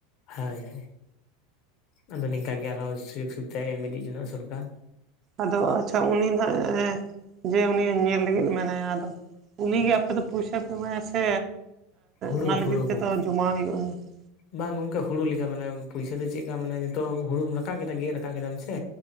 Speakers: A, on the left; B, on the right.
A: ᱦᱳᱭ ᱦᱳᱭ ᱟᱫᱚ ᱱᱤᱝᱠᱟᱜᱮ ᱟᱨᱦᱚᱸ ᱥᱩᱡᱳᱜᱽ ᱥᱩᱵᱤᱫᱷᱟᱭ ᱮᱢ ᱤᱫᱤᱜ ᱦᱚ ᱡᱚ ᱥᱚᱨᱠᱟᱨ
B: ᱟᱫᱚ ᱟᱪᱪᱷᱟ ᱩᱱᱤ ᱱᱟᱟᱜ ᱮ ᱡᱮ ᱩᱱᱤ ᱧᱮᱞ ᱞᱟᱹᱜᱤᱫ ᱢᱮᱱᱟᱭᱟ ᱟᱫᱚ ᱩᱱᱤᱜᱮ ᱟᱯᱮ ᱫᱚ ᱯᱚᱭᱥᱟ ᱯᱮ ᱮᱢᱟᱭᱟ ᱥᱮ
A: ᱦᱩᱲᱩ
B: ᱚᱱᱟ ᱞᱟᱹᱜᱤᱫ
A: ᱦᱩᱲᱩ
B: ᱛᱮᱫᱚ
A: ᱜᱚᱝᱠᱮ
B: ᱡᱚᱢᱟ ᱦᱩᱭᱩᱜᱼᱟ ᱦᱩᱸ
A: ᱵᱟᱝ ᱜᱚᱝᱠᱮ ᱦᱩᱲᱩ ᱞᱮᱠᱟ ᱢᱟᱱᱮ ᱯᱚᱭᱥᱟᱹ ᱫᱚ ᱪᱮᱫᱠᱟ ᱢᱟᱱᱮ ᱡᱤᱛᱚᱜ ᱦᱩᱲᱩᱢ ᱨᱟᱠᱟᱵ ᱠᱮᱫᱟ ᱜᱮᱫ ᱨᱟᱠᱟᱵ ᱠᱮᱫᱟᱢ ᱥᱮ